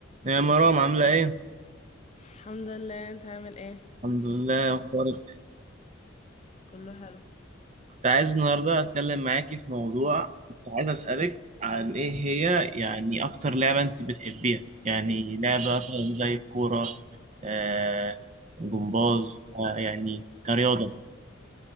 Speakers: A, on the right; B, on the left.
A: يا مرام عاملة ايه؟
B: الحمد لله انت عامل ايه
A: الحمد لله إيه اخبارك
B: كله حلو
A: كنت عايز النهاردة اتكلم معاكي في موضوع كنت عايز اسألك عن ايه هي يعني اكتر لعبة انت بتحبيها يعني لعبة مثلا زي الكورة آه جمباز آه يعني كرياضة